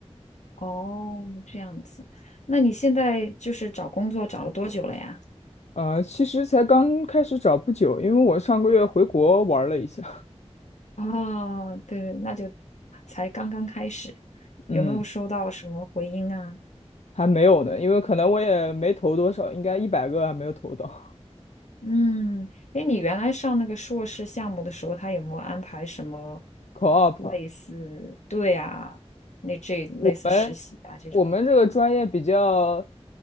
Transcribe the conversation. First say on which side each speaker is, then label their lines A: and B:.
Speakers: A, on the left (about 85°); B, on the left (about 70°).
A: 哦，这样子。那你现在就是找工作找了多久了呀？
B: <laughs> 呃，其实才刚开始找不久，因为我上个月回国玩了一下，
A: 哦，对，那就才刚刚开始，
B: <laughs> 嗯，
A: 有没有收到什么回音啊？
B: 还没有呢，因为可能我也没投多少，应该一百个还没有投到。
A: 嗯，哎，你原来上那个硕士项目的时候，他有没有安排什么
B: <laughs> Co-op，
A: 类似，对啊，那这类似实习啊这种
B: 我们我们这个专业比较，